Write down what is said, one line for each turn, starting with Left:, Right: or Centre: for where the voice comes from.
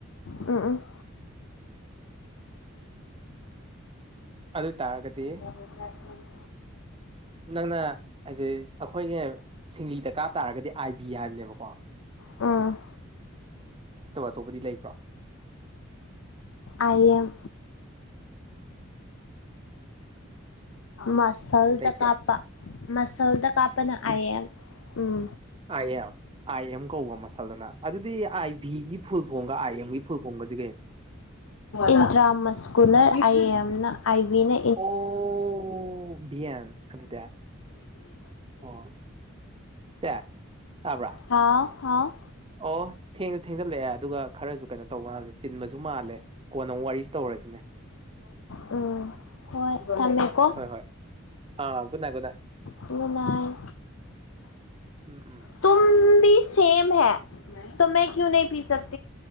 Left: ꯎꯝ ꯎꯝ
Right: ꯑꯗꯨ ꯑꯣꯏꯇꯥꯔꯒꯗꯤ
Left: ꯑꯗꯨ
Right: ꯅꯪꯅ ꯍꯥꯏꯁꯦ ꯑꯩꯈꯣꯏꯅꯦ ꯁꯤꯡꯂꯤꯗ ꯀꯥꯞ ꯇꯥꯔꯒꯗꯤ ꯑꯥꯏꯕꯤ ꯍꯥꯏꯕꯅꯦꯕꯀꯣ ꯀꯣ
Left: ꯎꯝ
Right: ꯑꯇꯣꯧꯕꯗꯤ ꯂꯩ꯭ꯔꯥ
Left: ꯑꯥꯏ ꯑꯦꯝ ꯃꯁꯜꯗ
Right: ꯂꯩꯇꯦ
Left: ꯀꯥꯞꯄ ꯃꯁꯜꯗ ꯀꯥꯞꯄꯅ ꯑꯏ ꯑꯦꯃ ꯎꯝ
Right: ꯑꯏ ꯑꯦꯝ ꯑꯥꯏ ꯑꯦꯝ ꯀꯧꯕ ꯃꯁꯥ ꯑꯗꯨꯗꯤ ꯑꯥꯏ ꯚꯤꯒꯤ ꯐꯨꯜ ꯐꯣꯡꯕ ꯑꯥꯏ ꯑꯦꯝꯒꯤ ꯐꯨꯜ ꯐꯣꯡꯒꯁꯤ ꯀꯩꯅꯣ
Left: ꯏꯟꯇ꯭ꯔꯥꯃꯁꯀꯨꯂꯔ ꯑꯥꯏ ꯑꯦꯝꯅ ꯑꯥꯏ ꯕꯤꯅ
Right: ꯑꯣ ꯕꯤꯟ ꯑꯗꯨꯗ ꯑꯣ ꯆꯦ ꯇꯥꯕ꯭ꯔꯥ
Left: ꯍꯥꯎ ꯍꯥꯎ
Right: ꯑꯣ ꯊꯦꯡꯁꯨ ꯊꯦꯡꯖꯜꯂꯛꯑꯦ ꯑꯗꯨꯒ ꯈꯔꯁꯨ ꯀꯩꯅꯣ ꯇꯧꯜꯂꯦ ꯆꯤꯟꯕꯁꯨ ꯃꯥꯜꯂꯦ ꯀꯣꯟꯅ ꯑꯃꯛ ꯋꯥꯔꯤꯁꯨꯦ ꯇꯧꯔꯁꯤꯅꯦ
Left: ꯎꯝ ꯍꯣꯏ ꯊꯝꯃꯦꯀꯣ
Right: ꯍꯣꯏ ꯍꯣꯏ ꯑꯥ good night good night
Left: good night
Right: um um
Left: ꯇꯨꯕꯤ ꯁꯦꯃ ꯍ ꯇ ꯃ ꯀꯨ ꯅ ꯄꯤ ꯁꯛ